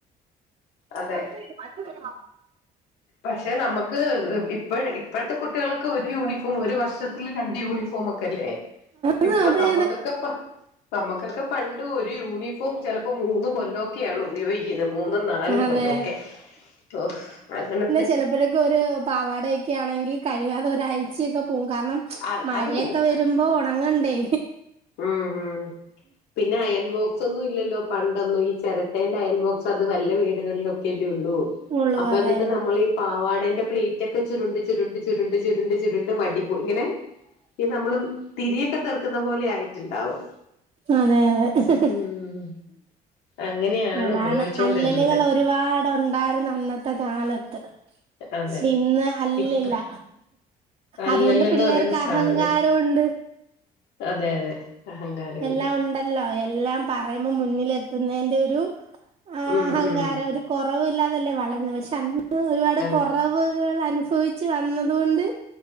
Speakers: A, on the right; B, on the left.
A: <unintelligible>
B: അതെ പക്ഷെ നമക്ക് ഇപ്പ ഇപ്പോഴത്തെ കുട്ടികൾ ക്ക് ഒരു യൂണിഫോം ഒരു വർഷത്തിൽ രണ്ട് യൂണിഫോം ഫോമൊക്കെല്ലേ
A: അതെ
B: ഇപ്പ
A: അതെ
B: നമ്മക്കൊക്കെ പ്പ നമ്മക്കൊക്കെ പണ്ട് ഒരു യൂണിഫോം ചെലപ്പോ മൂന്ന് കൊല്ലോക്കെ ക്കെ ആണ് ഉപയോഗിക്കുന്ന മൂന്നും നലും
A: അതെ
B: കൊല്ല ഒക്കെ ഒ അങ്ങന
A: ചെലപ്പോഴേക്കെ ഒരു പാവാടയൊക്കെ ആണെങ്കി കഴുകാതെ ഒരാഴ്ചയൊക്കെ പോകും കാരണം
B: അത്
A: മഴയൊക്കെ
B: അത് പോവും
A: വരുമ്പോ ഒണങ്ങണ്ടേ?
B: ഉം ഉം പിന്നെ അയൺ ബോക്സ് സോ ഒന്നും ഇല്ലല്ലോ പണ്ടൊന്നും ഈ ചെരട്ടേന്റെ അയൺ ബോക്സ് അത് വല്ല വീടുകളിലൊക്കെല്ലേ ഉള്ളൂ
A: ഉള്ളൂ
B: അപ്പ
A: അതെ
B: എന്നിട്ട്
A: അതെ
B: നമ്മളീ പാവാടേന്റെ പ്ലീറ്റ് ക്കെ ചുരുണ്ട് ചുരുണ്ട് ചുരുണ്ട് ചുരുണ്ട് ചുരുണ്ട് വടിപ്പോ ഇങ്ങനെ ഈ നമ്മളും തിരിയൊക്കെ തേർക്കുന്ന പോലെ ആയിട്ടുണ്ടാവും
A: അതെ അതെ
B: ഉം അങ്ങനെയാണ്
A: അതാണ്
B: ഉപയോഗിച്ചോണ്ടിരുന്നത്
A: അല്ലല്കള് ഒരുപാടുണ്ടാര് ന്നു അന്നത്തെ കാലത്ത്
B: അതെ
A: ഷി ഇന്ന് അല്ലില്ല
B: ഇപ്പ അല്ലല്ലന്ന്
A: അതുകൊണ്ട് പിള്ളേർക്ക്
B: പറയുന്ന
A: അഹങ്കാര
B: സാധനം
A: രോം ണ്ട്
B: അതെ അതെ അഹങ്കാരമുണ്ട്
A: എല്ലാം ഉണ്ടല്ലോ എല്ലാം പറയു മ്പോ മുന്നിലെത്തുതിന്റെ രു ആഹ്
B: ഉം
A: അഹങ്കാരം
B: ഉം
A: ഒരു കോറവ് ഇല്ലാതല്ലേ വളര് ന്ന് പക്ഷെ അന്ന് ഒരുപാട്കൊറ
B: അതെ
A: കൊ റവുകൾ അനുഫവിച്ച് വന്നതുകൊണ്ട്